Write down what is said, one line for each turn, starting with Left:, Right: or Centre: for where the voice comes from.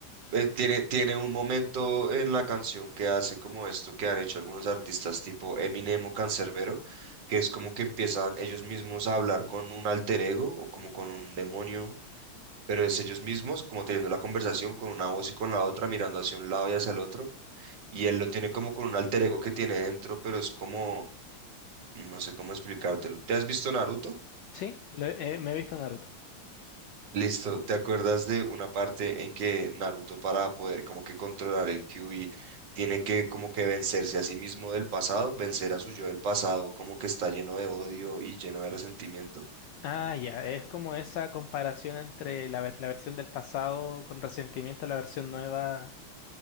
Right: eh, tiene, tiene un momento en la canción que hace como esto que han hecho algunos artistas tipo Eminem o Canserbero, que es como que empiezan ellos mismos a hablar con un alter ego o como con un demonio, pero es ellos mismos como teniendo la conversación con una voz y con la otra, mirando hacia un lado y hacia el otro. Y él lo tiene como con un alter ego que tiene dentro, pero es como, no sé cómo explicártelo. ¿Te has visto Naruto?
Left: sí, lo he- eh, me he visto Naruto.
Right: Listo, ¿te acuerdas de una parte en que Naruto para poder como que controlar el Kyuubi tiene que como que vencerse a sí mismo del pasado, vencer a su yo del pasado como que está lleno de odio y lleno de resentimiento?
Left: Ah, ya, es como esa comparación entre la, ver- la versión del pasado con resentimiento a la versión nueva.